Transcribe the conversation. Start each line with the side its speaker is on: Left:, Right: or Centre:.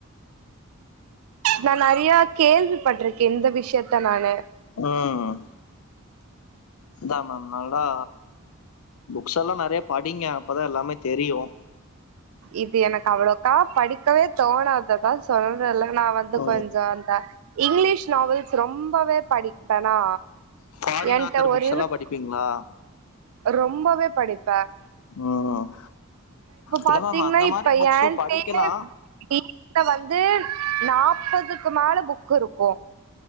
Right: நா நறியா கேள்விபட்ருகே இந்த விஷயத்தநானு
Left: ம் அதான் மேம் நாளா புக்ஸ் எல்லா நெறய படிங்க அப்பதான் எல்லாமே தெரியும்
Right: இது எனக் அவ்வளோக்கா படிக்கவே தோணாது அதான் சொல்றல்ல நா வந்து
Left: ஓ
Right: கொஞ்ஜோ அந்தா இங்கிலீஷ் நாவல்ஸ் ரொம்பவே படிப் டனா
Left: ஃபாரின்
Right: என்ட்ட
Left: ஆத்தர் புக்ஸ்
Right: ஒரு இருக்
Left: எல்லா படிப்பீங்களா
Right: ரொம்பவே படிப்பன்
Left: ம் இல்ல
Right: பாத்தீங்ன்னா
Left: மேம் அந்த மாரி
Right: இப்ப
Left: புக்ஸு
Right: என்டயே
Left: படிக்கலா
Right: வீட்ல வந்து நாப்பதுக்குமேலெ புக் இருக்கூ